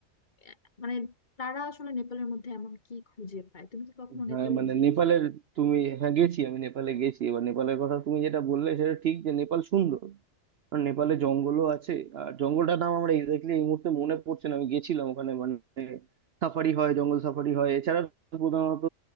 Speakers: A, on the left; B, on the right.
A: আহ, মানে তারা আসলে নেপালের মধ্যে এমন কি খুঁজে পায় তুমি কি কখনো
B: হ্যাঁ
A: নেপালে
B: মানে
A: গিয়েছো
B: নেপালের তুমি হ্যাঁ গেছি আমি নেপালে গেছি এবার নেপালের কথা তুমি যেটা বললে সেটা ঠিক যে নেপাল সুন্দর আর নেপালে জঙ্গলও আছে আর জঙ্গলটার নাম আমরা এক্স্যাক্টলি এই মুহূর্তে মনে পড়ছে না আমি গেছিলাম ওখানে মানে সাফারি হয় জঙ্গল সাফারি হয় এছাড়া প্রধানত